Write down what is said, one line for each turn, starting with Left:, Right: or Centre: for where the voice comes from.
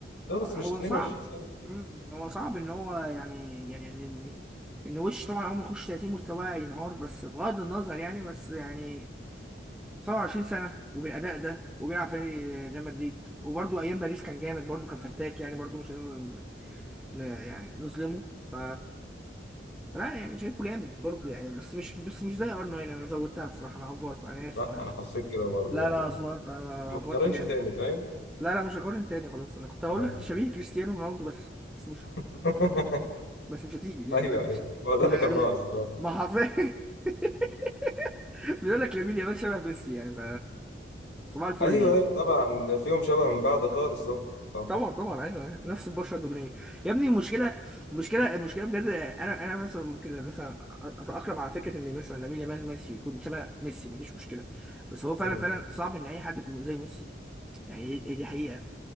Left: لا
Centre: آه،
Left: بس مش
Centre: هو
Left: 22
Centre: صعب
Left: سنه
Centre: مم، يعني هو صعب ان هو يعني يعني ان ان وش طبعا اول ما يخش 30 مستواه ينهار بس بغض النظر يعني بس يعني 27 سنه وبالاداء ده وبيلعب في نادي ريال مدريد وبرده ايام باريس كان جامد برده كان فتاك يعني برده مش هنقدر ن- ن- يعني نظلمه ف لا يعني شايفه جامد برضه يعني بس مش بس مش زي ار 9 انا زودتها الصراحه انا افورت انا اسف
Left: صح
Centre: معلش
Left: انا حسيت كده برضه
Centre: لا
Left: يعني
Centre: لا افورت انا
Left: ما
Centre: افورت
Left: تقارنش
Centre: جامد
Left: تاني فاهم
Centre: لا لا مش هقارن تاني خلاص انا كنت هقول
Left: تمام
Centre: لك شبيه كريستيانو رونالدو بس بس مش
Left: <laughs>
Centre: بس مش هتيجي يعني
Left: ايوه
Centre: فاهم؟
Left: ايوه
Centre: مش
Left: ما هو ده
Centre: مش
Left: اللي
Centre: هي-
Left: كان ناقص
Centre: ما حرفيا <laughs> بيقول لك لامين يامال شبه ميسي يعني ف صباح الفل
Left: ايوه
Centre: يعني
Left: ايوه طبعا فيهم شبه من بعض خالص طبعا طبعا
Centre: طبعا طبعا ايوه أيوة. نفس البشره الدهنيه يا ابني المشكله المشكله المشكله بجد انا انا مثلا ممكن مثلا اتاقلم على فكره ان مثلا لامين يامال ميسي يكون شبه ميسي مفيش مشكله بس هو فعلا
Left: مم.
Centre: فعلا صعب ان اي حد يكون زي ميسي يعني هي هي دي حقيقه